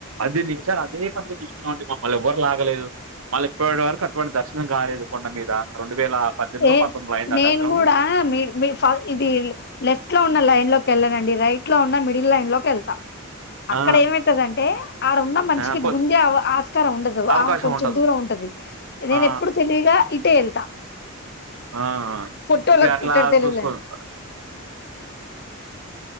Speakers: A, on the right; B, on the left.
A: అది నిమిషాలు అదే పనిగా చూసుకున్నామండి మమ్మల్ని ఎవ్వరు లాగలేదు మళ్ళీ ఇప్పటి వరకు అటువంటి దర్శనం కాలేదు కొండ మీద రెండు వేల పద్దెనిమిదిలో
B: ఏ
A: పంతొమ్మిదిలో అయింది ఆ
B: నేను
A: దర్శనం
B: కూడా మీ మీది ఫా ఇది లెఫ్ట్ లో ఉన్న లైన్ లోకి వె వెళ్ళనండి రైట్ లో ఉన్నా మిడిల్ లైన్ లోకి వెళ్తా
A: ఆ
B: అక్కడ ఏమైతదంటే ఆడున్న మనిషికి
A: ఆ కొ
B: గుంజా ఆస్కారం ఉండదు
A: అవకాశం
B: ఆమె కొంచెం
A: ఉండదు
B: దూరం ఉంటది నేను
A: ఆ
B: ఎప్పుడు తెలివిగా ఇటే వెళ్తా
A: ఆ
B: పొట్టోళ్ళకి
A: ఇక అట్లా
B: పుట్టాడు తెలుగులేండి
A: చూసుకో <inaudible>